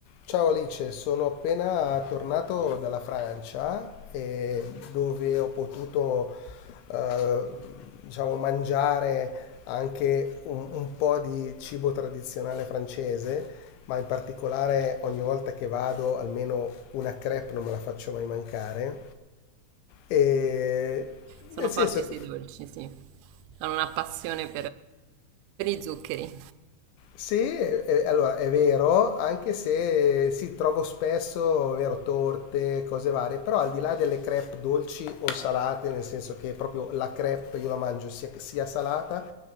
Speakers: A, on the left (about 80°); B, on the right (about 85°).
A: Ciao Alice, sono appena tornato dalla Francia e dove ho potuto eh, diciamo, mangiare anche un, un po' di cibo tradizionale francese, ma in particolare ogni volta che vado almeno una crepe non me la faccio mai mancare. E
B: Sono
A: nel senso,
B: forti sui dolci, sì. Hanno una passione a zuccheri.
A: Sì, eh, allora è vero, anche se si trovo spesso, è vero, torte, cose varie, però al di là delle crepe dolci o salate, nel senso che proprio la crepe io la mangio sia, sia salata